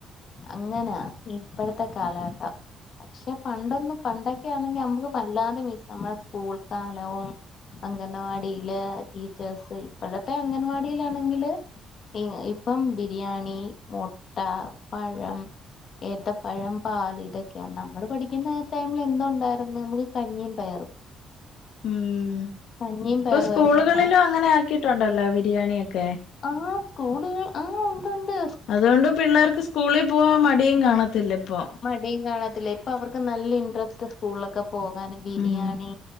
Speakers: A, on the left; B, on the left.
A: അങ്ങനാ ഇപ്പോഴത്തെ കാലഘട്ടം പക്ഷേ പണ്ടൊന്നും പണ്ടൊക്കൊണെങ്കി നമ്മക്ക് വല്ലാതെ മിസ്സ് ആകും നമ്മുടെ സ്കൂൾ കാലവും അംഗൻവാടിയില് ടീച്ചേഴ്‌സ് ഇപ്പോഴത്തെ അംഗൻവാടിയിലാണെങ്കില് ഇപ്പം ബിരിയാണി മുട്ട പഴം ഏത്തപ്പഴം പാല് ഇതൊക്കെയാ നമ്മള് പഠിക്കുന്ന ടൈമിൽ എന്തോ ഉണ്ടായിരുന്ന് നമുക്ക് കഞ്ഞിയും പയറും
B: ഉം
A: കഞ്ഞിയും
B: ഇപ്പോ
A: പയറുമായിരുന്നു
B: സ്കൂളുകളിലും
A: മാ
B: അങ്ങനെ ആക്കിട്ടുണ്ടല്ലോ ബിരിയാണിയൊക്കെ
A: ആ്ഹ് സ്കൂളുകൾ ആഹ് ഉണ്ട് ഉണ്ട്
B: അതുകൊണ്ട് പിള്ളേർക്ക് സ്കൂളിൽ പോവാൻ മടിയും കാണത്തില്ല ഇപ്പോ
A: മടിയും കാണത്തില്ല ഇപ്പോ അവർക്ക് നല്ല ഇൻട്രസ്റ്റ് സ്കൂളിലൊക്കെ പോകാന് ബിരിയാണി
B: ഉം